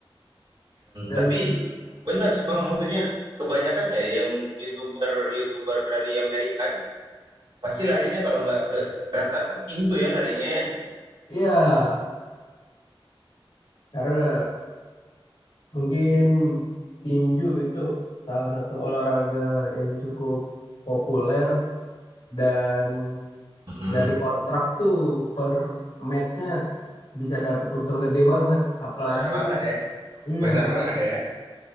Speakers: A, on the right; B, on the left.
A: Mmm,
B: Dan
A: tapi benar sih, Bang, maksudnya kebanyakan ya yang YouTuber-YouTuber dari Amerika nih pasti larinya kalau nggak ke rata-rata ke tinju ya larinya ya?
B: iya, karena mungkin tinju itu salah satu olahraga yang cukup populer dan
A: Mhm.
B: Dari kontrak tuh per matchnya bisa dapat untung gede banget. Apalagi
A: Besar banget ya
B: iya
A: besar banget ya.